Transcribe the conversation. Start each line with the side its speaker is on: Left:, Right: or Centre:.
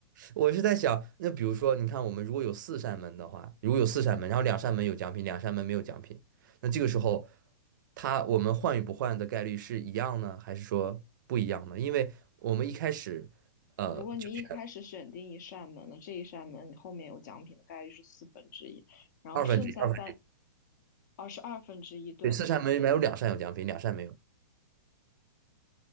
Right: 我是在想，那比如说，你看我们如果有四扇门的话，如果有四扇门，然后两扇门有奖品，两扇门没有奖品，那这个时候，它我们换与不换的概率是一样呢，还是说不一样呢？因为我们一开始，呃，
Left: 如果你一开始选定一扇门那这一扇门你后面有奖品的概率是四分之一，
Right: 就是
Left: 然后剩下三，
Right: 二分之一，二分之一，
Left: 哦，是二分之一，对
Right: 对，四扇门里面有两扇有奖品，两扇没有，